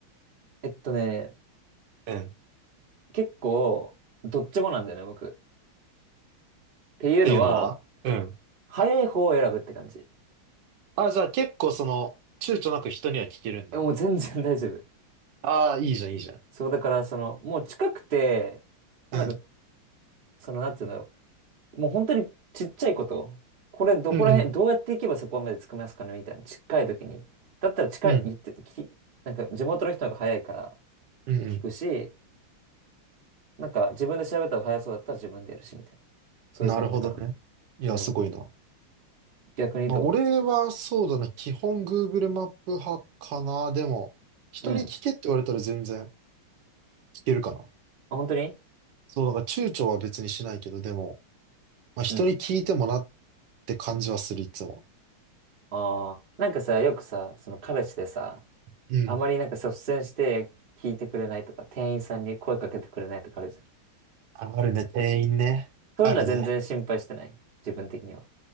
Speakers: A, on the right; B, on the right.
A: えっとね、
B: うん。っ
A: 結構、どっちもなんだよね、僕。っていうのは、
B: ていうのはうん。
A: 早い方を選ぶって感じ。
B: あ、じゃあ結構その、躊躇なく人には聞けるんだ。
A: えもう全然大丈夫。
B: ああ、いいじゃん、いいじゃん。
A: そう、だから、その、もう近くて、
B: うん。
A: もうなんか、その、なんていうんだろう。もう本当にちっちゃいこと。これ、どこら辺、
B: うんうん。
A: どうやって行けばそこまで着きますかねみたいな。近い時に。だったら近い、
B: うん。
A: 言って、き、なんか、地元の人の方が早いから
B: うんう
A: 聞くし、なんか自分で調べた方が早そうだったら自分でやるし、みたいな。そういう感じかな。
B: ん。なるほどね。いや、
A: うん。
B: すごいな。
A: 逆にど
B: まあ、俺はそうだね。基本 Google マップ派かな。でも、人に聞けって言われたら全然
A: ううん。
B: 聞けるかな。
A: あ、本当に
B: そう、だから躊躇は別にしないけど、でも、まあ、人に聞いてもなっ
A: うん。
B: て感じはする、いつも。
A: ああ、なんかさ、よくさ、その彼氏でさ、
B: うん。
A: あまりなんか率先して聞いてくれないとか、店員さんに声かけてくれないとかあるじゃん。
B: あるね、店員ね。
A: そういうのは全然心配してない。
B: あるね。
A: 自分的には。